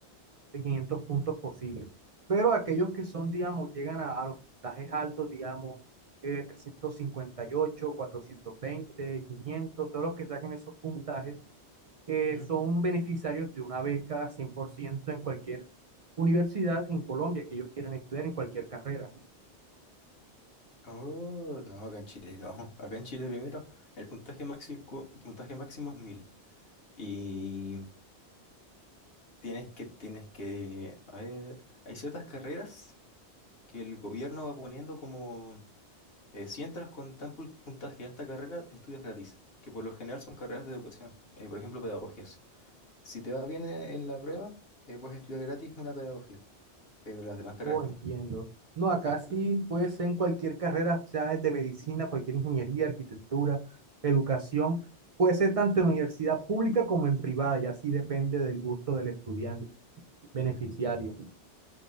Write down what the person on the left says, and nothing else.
¿Mm?
Oh, no, acá en Chile no. <laughs> Acá en Chile primero el puntaje máximo, puntaje máximo es 1000 y Tienes que, tienes que, a ver, hay ciertas carreras que el gobierno va poniendo como, eh, si entras con tan pul- puntaje a esta carrera, estudias gratis, que por lo general son carreras de educación, eh, por ejemplo, pedagogías. Si te va bien eh, en la prueba, eh, puedes estudiar gratis una pedagogía, pero las demás carreras
no.
Sí,